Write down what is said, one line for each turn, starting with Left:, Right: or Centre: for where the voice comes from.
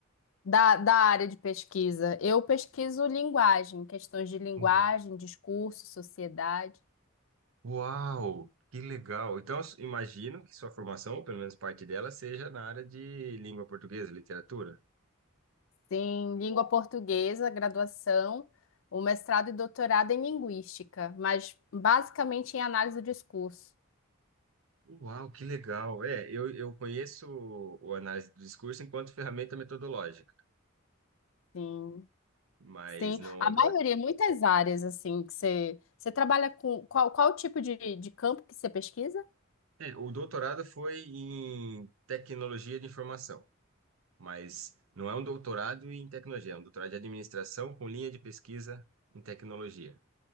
Left: Da, da área de pesquisa. Eu pesquiso linguagem, questões de linguagem,
Right: Uhum.
Left: discurso, sociedade.
Right: Uau! Que legal! Então, eu s- imagino que sua formação, ou pelo menos parte dela, seja na área de língua portuguesa, literatura.
Left: Tem língua portuguesa, graduação, o mestrado e doutorado em linguística, mas basicamente em análise do discurso.
Right: Uau, que legal. É, eu, eu conheço o, o análise do discurso enquanto ferramenta metodológica,
Left: Sim,
Right: mas
Left: sim.
Right: não.
Left: A maioria,
Right: não-
Left: muitas áreas, assim, que você, você trabalha com... Qual, qual tipo de, de campo que você pesquisa?
Right: é, o doutorado foi em tecnologia de informação, mas não é um doutorado em tecnologia, é um doutorado de administração com linha de pesquisa em tecnologia.